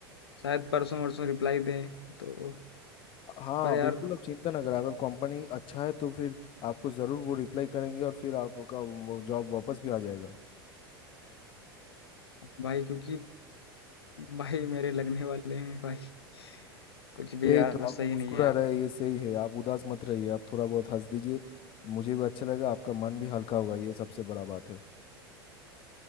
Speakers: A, on the left; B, on the left.
A: शायद परसों वरसों रिप्लाई दें तो
B: हाँ
A: पर यार
B: बिल्कुल आप चिंता ना करें अगर कंपनी अच्छा है तो फिर आपको ज़रूर वो रिप्लाई करेंगे और फिर आपका जॉब वापस भी आ जाएगा
A: भाई क्योंकि भाई मेरे लगने वाले हैं भाई कुछ भी
B: यही
A: यार
B: तो
A: सही
B: आप मुस्कुरा
A: नहीं है यार
B: रहे हैं, ये सही है आप उदास मत रहिए आप थोड़ा बहुत हंस दीजिए मुझे भी अच्छा लगा आपका मन भी हल्का होगा ये सबसे बड़ा बात है